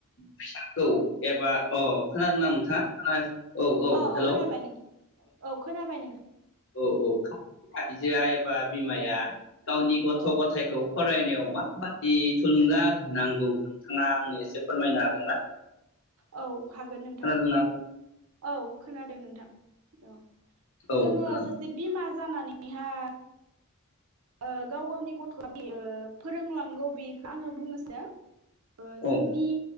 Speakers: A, on the left; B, on the right.
A: फिसाखौ एबा अ ना नोंथाङा? औ
B: अ
A: हेलौ
B: औ खोनाबाय नोंथां औ खोनाबाय नों
A: औ औ आइजोआ एबा बिमाया गावनि गथ'
B: औ
A: गथाइखौ फरायनायाव माबादि थुलुंगा होनांगौ नोंथाङा आंनो एसे फोरमायनो हागोन ना?
B: औ हागोन नोंथां
A: खोनादोंना
B: औ खोनादों नोंथां। औ
A: औ
B: जोङो
A: खोनादों
B: सासे बिमा जानानैहा औ गाव गावनि गथआ‌ <unintelligible> ओ फोरोंलांगौ बेखो आङो बुंनोसानदों। ओ
A: औ
B: जोंनि